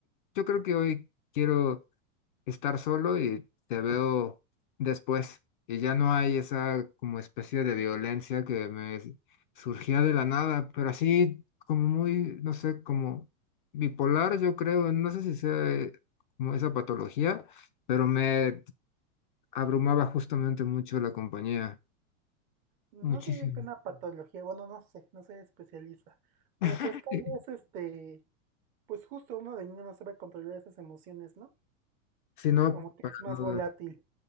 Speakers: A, on the left; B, on the right.
A: yo creo que hoy quiero estar solo y te veo después. Y ya no hay esa como especie de violencia que me s- surgía de la nada, pero así como muy, no sé, como bipolar, yo creo, no sé si sea eh, como esa patología, pero me abrumaba justamente mucho la compañía,
B: No
A: muchísimo.
B: diría que una patología, bueno, no sé, no soy especialista. Pero
A: <laughs>
B: pues tal vez este, pues justo uno de niño no sabe controlar esas emociones, ¿no?
A: Si no,
B: Como que
A: para
B: es más
A: nada.
B: volátil.